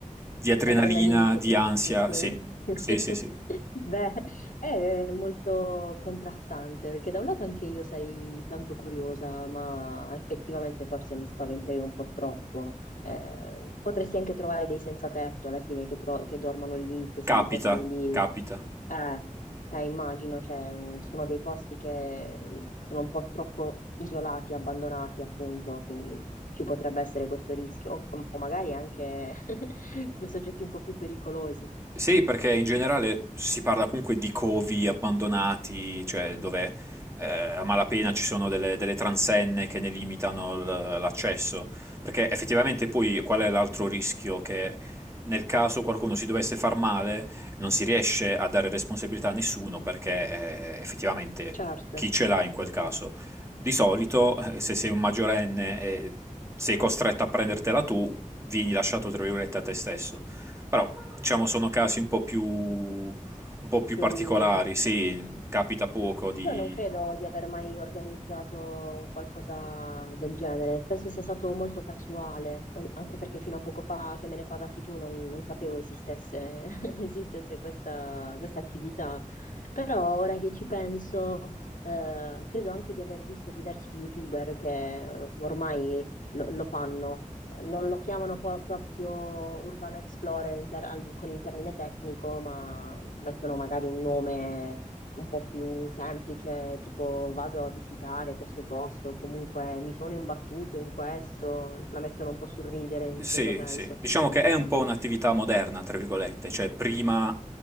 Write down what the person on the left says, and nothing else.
Adrenaliniche,
tu dici,
sì.
<laughs>
Beh, è molto contrastante, perché da un lato anche io sarei tanto curiosa, ma effettivamente forse mi spaventerei un po' troppo. Eh, potresti anche trovare dei senza tetto alla fine che, tro- che dormono lì, che si
riposano lì.
Eh, eh, immagino, cioè, mh, sono dei posti che mh, sono un po' troppo isolati, abbandonati, appunto, quindi ci potrebbe essere questo rischio, o, o- o magari anche <laughs> soggetti un po' più pericolosi.
Certo,
più
al limite.
Io non credo di aver mai organizzato un qualcosa del genere, penso sia stato molto casuale, ehm, anche perché fino a poco fa che me ne parlassi tu non, non sapevo esistesse, <laughs> esistesse questa, questa attività, però ora che ci penso, eh, credo anche di aver visto diversi YouTuber che eh, ormai lo, lo fanno, non lo chiamano po- proprio Urban Explorer in ter- al- con il termine tecnico, ma mettono magari un nome un po' più semplice, tipo vado a visitare questo posto, comunque mi sono imbattuto in questo, la mettono un po' sul ridere in un
certo senso.